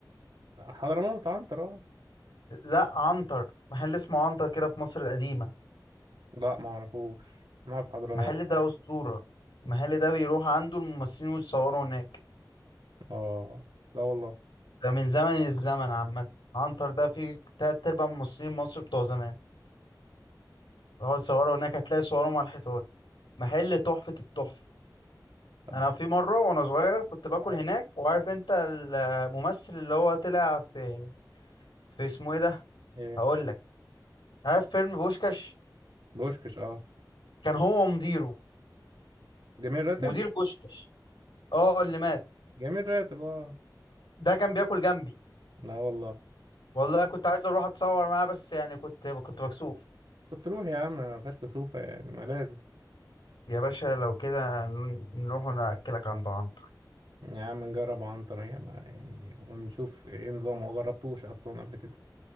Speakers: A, on the right; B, on the left.
A: حضرموت عنتر اه
B: لا عنتر محل اسمه عنتر كده في مصر القديمه
A: لا ما اعرفوش نعرف حضرموت
B: المحل ده اسطوره المحل ده بيروح عنده الممثلين ويتصوروا هناك
A: اه لا والله
B: ده من زمن الزمن عامه عنتر ده فيه تلات ارباع ممثلين مصر بتوع زمان راحوا يتصوروا هناك هتلاقي صورهم على الحيطان محل تحفه التحفه
A: طب
B: انا
A: بح-
B: في مره وانا صغير كنت باكل
A: اه
B: هناك وعارف
A: اه
B: انت الممثل اللي هو طلع في في اسمه ايه ده
A: ايه
B: هقول لك عارف فيلم بوشكاش
A: بوشكش اه
B: كان هو مديره
A: جميل راتب
B: مدير بوشكاش اه اللي مات
A: جميل راتب اه
B: ده كان بياكل جنبي
A: لا والله
B: والله كنت عايز اروح اتصور معاه بس يعني كنت كنت مكسوف
A: كنت روح يا عم ما فيهاش كسوفة يعني ما لازم
B: يا باشا لو كده ن- نروح ناكلك عند عنتر
A: يا عم نجرب عنتر يا ما يعني ونشوف ايه نظامه ما جربتوش اصلا قبل كده